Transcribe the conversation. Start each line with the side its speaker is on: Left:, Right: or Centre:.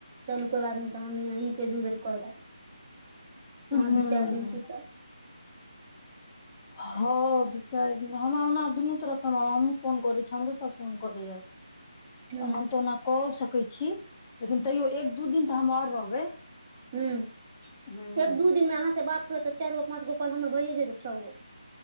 Right: चलु कोय बात नै तहन हम अहीं से दू बेर करब,
Left: ह
Right: अहाँ
Left: ह
Right: दू-चार दिन छी त <inaudible>
Left: हां दू-चार दिन हमरा ओना आब दुनू तरफ से हमरा हमु फोन करै छी, हमरो सब फोन करैया।
Right: हूँ
Left: हम तऽ ओना कऽ ओ सकै छी, लेकिन तैयो एक-दू दिन तऽ हम और रहबै।
Right: हुं।
Left: ह
Right: एक-दू दिन मे अहाँ से बात करब तऽ चारगो-पाँचगो कॉल हमर भ ए जेतै छगो।